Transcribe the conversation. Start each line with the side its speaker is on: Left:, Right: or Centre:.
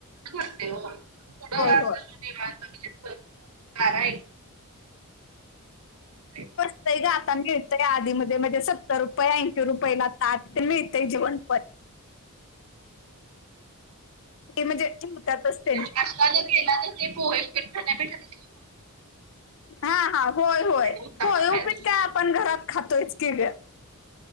Right: वाटतंय ओ पुढ हे अस
Left: होय
Right: <unintelligible> म्हणजे अस <unintelligible> ते
Left: कय ग आता मिळतय आधीमधे मधे सत्तर रुपय ऐंशी रुपयला ताट मिळतय जिवणपण ते म्हणजे ठिवतातच तेनी
Right: नास्ता जर केला तर ते पोहे उपीट खाण्यापेक्षा तसल
Left: हा हा होय होय,
Right: उत्तप्पा
Left: पोहे
Right: खायचं
Left: उपीट काय आपण घरात खातोयच की ग